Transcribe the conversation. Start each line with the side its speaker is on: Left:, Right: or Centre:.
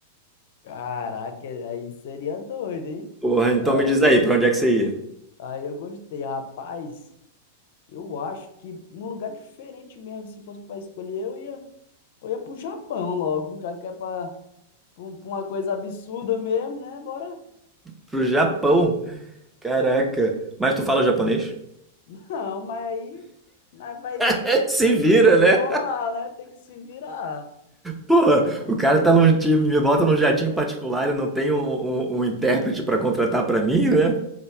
Left: Caraca, aí seria doido, hein?
Centre: Porra, então
Left: Aí,
Centre: me diz aí, pra onde é que você ia?
Left: aí eu gostei. Rapaz, eu acho que um lugar diferente mesmo, se fosse para escolher, eu ia, eu ia pro Japão logo, já que é pra, pra um- pra uma coisa absurda mesmo, né? Bora.
Centre: Pro Japão. Caraca.
Left: É.
Centre: Mas tu fala japonês?
Left: <laughs> Não, mas aí nós vai
Centre: <laughs> Se
Left: ter
Centre: vira,
Left: que desenrolar,
Centre: né?
Left: né? Ter que se virar.
Centre: Porra, o cara tá num time, me bota num jatinho particular e não tem um, um- um intérprete pra contratar pra mim, né?